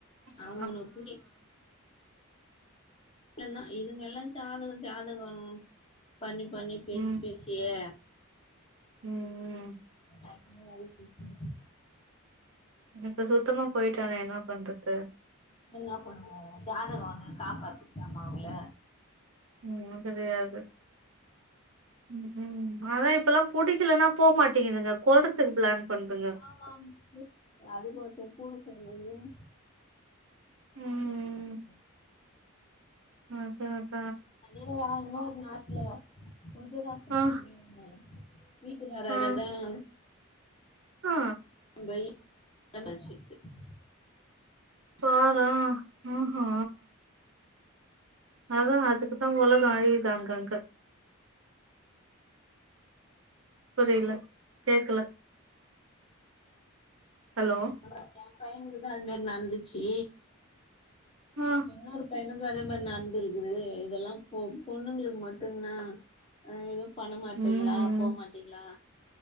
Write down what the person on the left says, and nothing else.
அவங்க ஒன்ன புடி என்ன இதுங்க எல்லாம் ஜாதக ஜாதகொ பண்ணி பண்ணி பேசி
பேசியே
லைஃபயே அழிச்சிடுச்சுங்க
இப்ப என்ன பண்ண ஜாதகோ வந்து காப்பாத்துச்சாமா அவங்கள
ஆமாம் அது போத்த கூட சேந்து <unintelligible> ஆ
<unintelligible>
அதேதான் இன்னொரு நாட்ல உதுறா <unintelligible>
வீட்டுக்காராலதான்
<inaudible>
அதான் என் பையனுக்குதான் அது மாரி நடந்துச்சு
இப்ப இன்னொரு எனக்கு அதே மாரி நடந்து இருக்குது இதெல்லா பொ பொண்ணுங்களுக்கு மட்டு்ந்தான் எது பண்ண மாட்டீங்ளா
போமாட்டீங்ளா